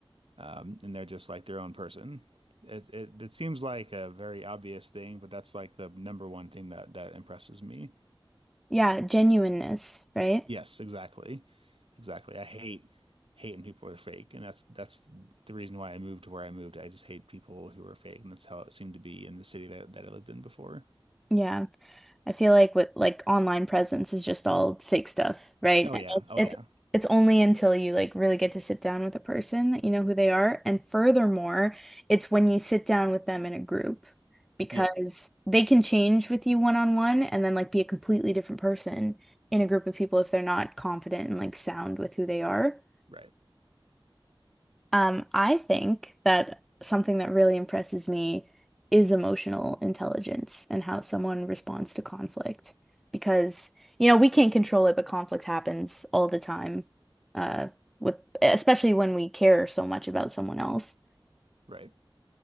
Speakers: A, on the right (about 85°); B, in the centre.
A: um, and they're just like their own person. It it, it seems like a very obvious thing, but that's like the number one thing that that impresses me.
B: Yeah, genuineness, right?
A: Yes, exactly. Exactly. I hate hate when people are fake, and that's that's the reason why I moved to where I moved. I just hate people who are fake, and that's how it seemed to be in the city that, that I lived in before.
B: Yeah. I feel like with like online presence is just all fake stuff, right?
A: Oh
B: And
A: yeah.
B: it's
A: Oh
B: it's
A: yeah.
B: it's only until you like really get to sit down with a person that you know who they are. And furthermore, it's when you sit down with them in a group because
A: Yep.
B: they can change with you one on one and then like be a completely different person in a group of people if they're not confident and like sound with who they are.
A: Right.
B: Um, I think that something that really impresses me is emotional intelligence and how someone responds to conflict. Because, you know, we can't control it, but conflict happens all the time, uh, with especially when we care so much about someone else.
A: Right.